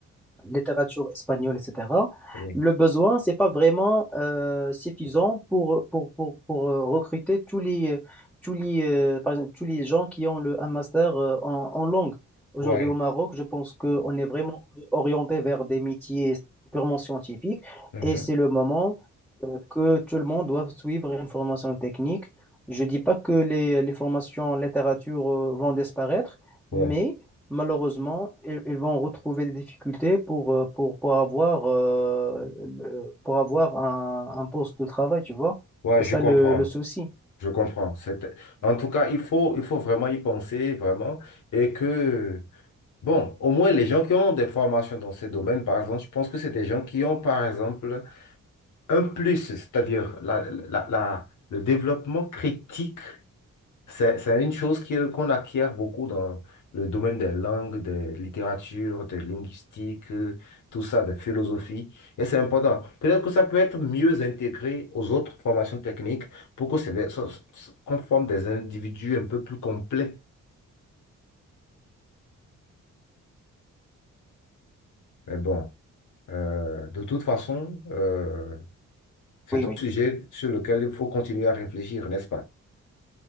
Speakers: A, in the centre; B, on the left (about 75°).
A: littérature espagnole, etc.,
B: Oui,
A: le besoin, c'est pas vraiment euh, suffisant pour, pour, pour, pour euh, recruter tous les, euh, tous les, euh, par exemple, tous les gens qui ont le, un master euh, en, en langue. Aujourd'hui,
B: ouais,
A: au Maroc, je pense qu'on est vraiment orienté vers des métiers purement scientifiques
B: mhm.
A: et c'est le moment euh, que tout le monde doit suivre une formation technique. Je dis pas que les, les formations en littérature euh, vont disparaître,
B: Ouais,
A: mais malheureusement, ils, ils vont retrouver des difficultés pour, euh, pour, pour avoir, euh, le- pour avoir un, un poste de travail, tu vois.
B: ouais,
A: C'est
B: je
A: ça
B: comprends.
A: le, le souci.
B: Je comprends. C'est... En tout cas, il faut, il faut vraiment y penser, vraiment. Et que, bon, au moins les gens qui ont des formations dans ces domaines, par exemple, je pense que c'est des gens qui ont, par exemple, un plus, c'est-à-dire la, la, la- le développement critique C'est, c'est une chose qui- qu'on acquiert beaucoup dans le domaine des langues, des littératures, des linguistiques, euh, tout ça, des philosophies. Et c'est important. Peut-être que ça peut être mieux intégré aux autres formations techniques pour que c'est, ça- ça- qu'on forme des individus un peu plus complets. Mais bon, euh, de toute façon, euh, C'est
A: Oui,
B: un sujet sur lequel il faut continuer à réfléchir, n'est-ce pas?